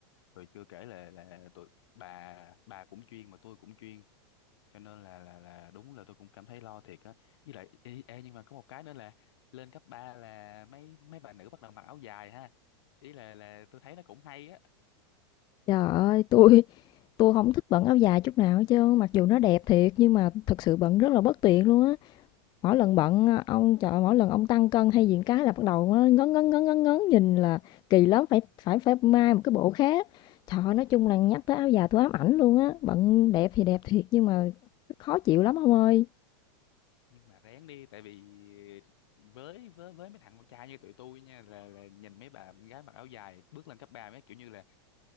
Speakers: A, on the left (about 70°); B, on the left (about 30°).
A: rồi chưa kể là là tụi bà bà cũng chuyên mà tôi cũng chuyên cho nên là là là đúng là tôi cũng cảm thấy lo thiệt á với lại ê, ê, nhưng mà có một cái nữa là lên cấp 3 là mấy mấy bà nữ bắt đầu mặc áo dài ha ý là là tôi thấy nó cũng hay á
B: Trời ơi, tôi tôi không thích bận áo dài chút nào hết trơn, mặc dù nó đẹp thiệt nhưng mà thật sự bận rất là bất tiện luôn á. Mỗi lần bận, ờ, ông trời mỗi lần ông tăng cân hay diện cái là bắt đầu á ngấn, ngấn, ngấn, ngấn, ngấn, nhìn là kỳ lắm, phải phải phải mai một cái bộ khác. Trời ơi, nói chung là nhắc tới áo dài tôi ám ảnh luôn á, bận đẹp thì đẹp thiệt nhưng mà khó chịu lắm ông ơi.
A: nhưng mà ráng đi tại vì với với với mấy thằng con trai như tụi tôi nha là là nhìn mấy bà gái mặc áo dài bước lên cấp 3 mấy kiểu như là